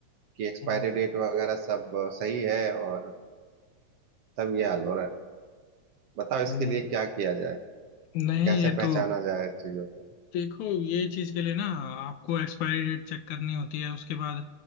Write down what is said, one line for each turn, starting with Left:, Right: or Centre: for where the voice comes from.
Right: कि एक्सपायरी
Left: हम्म,
Right: डेट वगैरह सब अ, सही है और तब ये हाल हो रहा है बताओ इसके
Left: हम्म,
Right: लिए क्या किया जाए
Left: नहीं
Right: कैसे
Left: ये
Right: पहचाना
Left: तो
Right: जाए चीजों को
Left: देखो ये चीज के लिए ना आपको एक्सपायरी डेट चेक करनी होती है उसके बाद